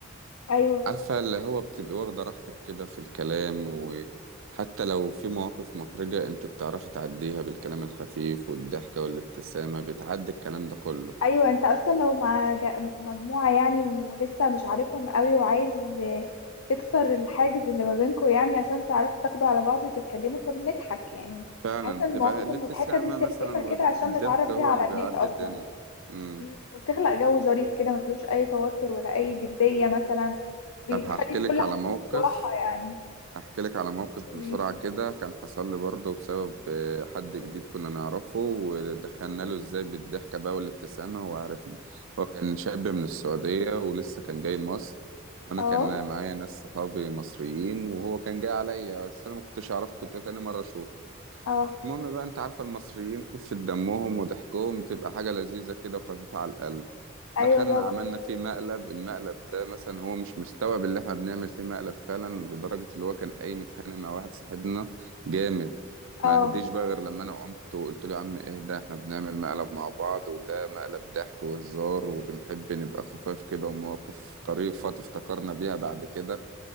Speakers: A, on the left (about 75°); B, on the right (about 65°).
A: ايوه
B: عارفة اللي هو بتبقي واخدة راحتك كده في الكلام وحتى لو في مواقف محرجة انت بتعرفي تعديها بالكلام الخفيف والضحكة والابتسامة بتعدي الكلام ده كله
A: ايوه انت اصلا لو مع ج- مجموعة يعني ولسه مش عارفهم قوي وعايز آه، تكسر الحاجز اللي ما بينكم يعني عشان تعرفوا تاخدوا على بعض وتتكلموا فبنضحك يعني
B: فعلا
A: بحس ان
B: بتبقى
A: المواقف
B: الابتسامة
A: المضحكة دي سلمة
B: مثلا
A: كده
B: والضحكة
A: عشان نتعرف بيها
B: هو
A: على
B: اللي
A: الناس
B: بيعدي
A: اصلا
B: الدنيا امم
A: مم. وبتخلق جو ظريف كده ما فيهوش اي توتر ولا اي جدية مثلا وبيخلي
B: طب هحكي
A: الكل
B: لك على
A: حاسس
B: موقف
A: براحة يعني
B: احكي لك على موقف بسرعة
A: ماشي
B: كده كان حصل لي برضه بسبب آه، حد جديد كنا نعرفه ودخلنا له ازاي بالضحكة بقى والابتسامة هو عرفني هو كان شاب من السعودية ولسه كان جاي مصر وانا
A: اه
B: كان معايا ناس صحابي مصريين وهو كان جاي عليا بس انا ما كنتش اعرفه كنت تاني مرة اشوفه
A: اه
B: المهم بقى انت عارفة المصريين خفة دمهم وضحكهم بتبقى حاجة لذيذة كده وخفيفة على القلب
A: ايوه
B: دخلنا
A: طبعا
B: عملنا فيه مقلب المقلب ده مثلا هو مش مستوعب اللي احنا بنعمل فيه مقلب فعلا لدرجة اللي هو كان قايم متخانق مع واحد صاحبنا جامد ما
A: اه
B: هديش بقى غير لما انا قمت وقلت له يا عم ايه ده احنا بنعمل مقلب مع بعض وده مقلب ضحك وهزار وبنحب نبقى خفاف كده ومواقف طريفة تفتكرنا بيها بعد كده